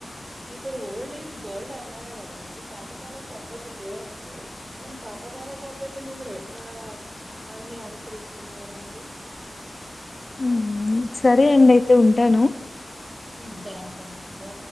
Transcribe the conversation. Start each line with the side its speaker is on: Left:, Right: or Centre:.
Right: ఇప్పుడు ఓల్డ్ ఇస్ గోల్డ్ అన్నారు కదండి పాతకాల పద్ధతు లేవంటే మన పాతకాల పద్ధతుల్ని ఇప్పుడు ఎట్లా అన్ని అనుసరిస్తున్నారు మీరు
Left: మ్ మ్ సరే అండి అయితే ఉంటాను
Right: ఉమ్ థ్యాంక్స్ అండి నో